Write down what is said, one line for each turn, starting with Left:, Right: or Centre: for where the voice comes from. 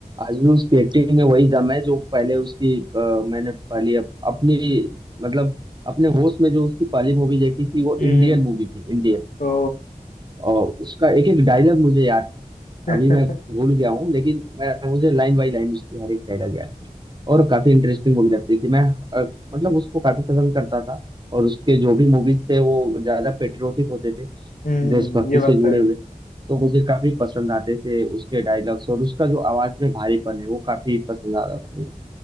Right: आज भी उसकी एक्टिंग में वही दम है जो पहले उसकी अ, मैंने पहली अप, अपनी मतलब अपने होश में जो उसकी पहली मूवी देखी थी वो
Left: हम्म
Right: इंडियन मूवी थी इंडियन
Left: ओ
Right: और उसका एक एक डायलॉग मुझे याद था
Left: <laughs>
Right: अभी मैं भूल गया हूँ लेकिन मैं मुझे लाइन बाई लाइन उसकी हर एक डायलॉग याद और काफी इंटरेस्टिंग मूवी लगती थी मैं अ, मतलब उसको काफी पसंद करता था और उसके जो भी मूवीज थे वो ज्यादा पेट्रियोटिक होते थे
Left: हम्म
Right: देशभक्ति
Left: ये बात
Right: से जुड़े
Left: तो है
Right: हुए तो मुझे काफी पसंद आते थे उसके डायलॉग्स और उसका जो आवाज में भारीपन है वो काफी पसंद आता था मुझे